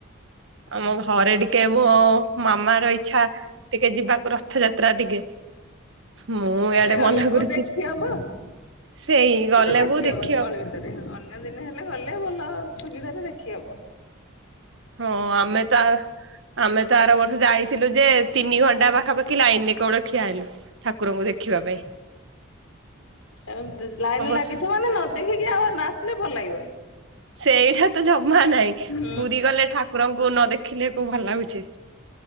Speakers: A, on the right; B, on the left.
A: ଆମ ଘରେ ଟିକିଏ ମୋ ମାମାର ଇଛା ଟିକିଏଯିବାକୁ ରଥଯାତ୍ରା ଟିକେ। ମୁଁ
B: ସେଇ
A: ଇଆଡେ
B: ଗଲେ
A: ମନା
B: କୋଉ
A: କରୁଛି
B: ଦେଖି ହବ
A: ସେଇ
B: କିଛି
A: ଗଲେ
B: ତ
A: ବୋ ଦେଖି
B: ହବନି ଗହଳି
A: ହବ।
B: ଅନ୍ୟ ଦିନ ହେଲେ ଗଲେ ଭଲ ସୁବିଧାରେ ଦେଖିହବ।
A: ହଁ ଆମେ ତ ଆମେ ତ ଆର ବର୍ଷେ ଯାଇଥିଲୁ ଯେ ତିନି ଘଣ୍ଟା ପାଖାପାଖି ଲାଇନରେ କେବବେଳ ଠିଆ ହେଲୁ। ଠାକୁରଙ୍କୁ ଦେଖିବା ପାଇଁ।
B: ହୁଁ ଲାଇନ
A: ଅବଶ୍ୟ
B: ଲାଗିଥିବ ନା ନ ଦେଖିକି ଆଉ ଆସିଲେ ଭଲ ଲାଗିବନି।
A: ସେଇଟା ତ ଜମା ନାହିଁ
B: ହୁଁ
A: ପୁରୀ ଗଲେ ଠାକୁରଙ୍କୁ ନ ଦେଖିଲେ କ ଭଲ ଲାଗୁଛି।